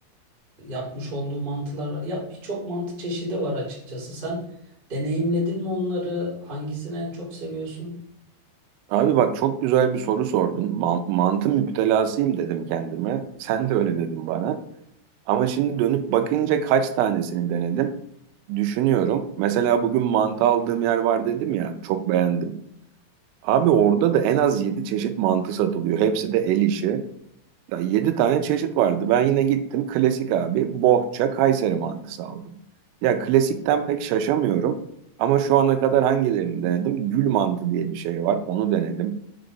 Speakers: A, on the right; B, on the right.
A: e, yapmış olduğu mantılar var. Ya birçok mantı çeşidi var açıkçası. Sen deneyimledin mi onları? Hangisini en çok seviyorsun?
B: Abi bak çok güzel bir soru sordun. Ma- mantı müptelasıyım dedim kendime. <laughs> Sen de öyle dedin bana. Ama şimdi dönüp bakınca kaç tanesini denedim? Düşünüyorum. Mesela bugün mantı aldığım yer var dedim ya. Çok beğendim. Abi orada da en az 7 çeşit mantı satılıyor. Hepsi de el işi. Ya 7 tane çeşit vardı. Ben yine gittim klasik abi bohça Kayseri mantısı aldım. Ya klasikten pek şaşamıyorum. Ama şu ana kadar hangilerini denedim? Gül mantı diye bir şey var. Onu denedim.